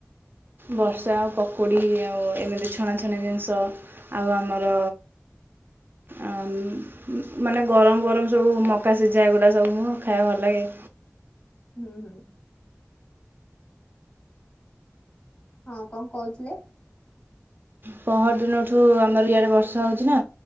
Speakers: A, on the right (about 45°); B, on the left (about 30°).
A: ବର୍ଷା ପକୁଡ଼ି ଆଉ ଏମିତି ଛଣା ଛଣି ଜିନିଷ ଆଉ ଆମର ଆଁ ମାନେ ଗରମ ଗରମ ସବୁ ମକା ସିଝା ଏଗୁଡ଼ା ସବୁ ମୁଁ ଖାଇବାକୁ ଭଲ ଲାଗେ।
B: ହୁଁ ହୁଁ। ହଁ କଣ କହୁଥିଲେ?
A: ପହର ଦିନଠୁ ଆମର ଇଆଡ଼େ ବର୍ଷା ହେଉଛି ନା